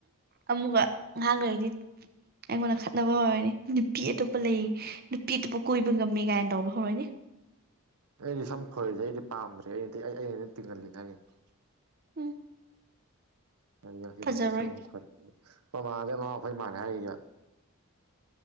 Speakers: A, on the right; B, on the right.
A: ꯑꯃꯨꯛꯀ ꯑꯍꯥꯟꯈꯩꯗꯤ ꯑꯩꯉꯣꯟꯗ ꯈꯠꯅꯕ ꯍꯧꯔꯣꯏꯅꯦ ꯅꯨꯄꯤ ꯑꯇꯣꯞꯄ ꯂꯩ ꯅꯨꯄꯤ ꯑꯇꯣꯞꯄ ꯀꯣꯏꯕ ꯉꯝꯃꯤ ꯀꯥꯏꯅ ꯇꯧꯕ ꯍꯧꯔꯣꯏꯅꯤ ꯫
B: ꯑꯩꯗꯤ ꯁꯝ ꯈꯣꯏꯁꯦ ꯑꯩꯗꯤ ꯄꯥꯝꯗ꯭ꯔꯦ ꯑꯩꯅꯗꯤ ꯑꯩ ꯑꯩꯅ ꯑꯗꯨꯝ ꯇꯤꯡꯍꯜꯂꯤ ꯫
A: ꯎꯝ꯫
B: ꯉꯁꯤꯗꯒꯤ
A: ꯐꯖꯔꯣꯏ
B: ꯁꯝ ꯈꯣꯏꯍꯟ ꯑꯩꯈꯣꯏ ꯃꯅꯥ ꯑꯉꯥꯑꯣ ꯑꯐꯩ ꯃꯥꯜꯂꯤ ꯍꯥꯏꯔꯤꯕ꯫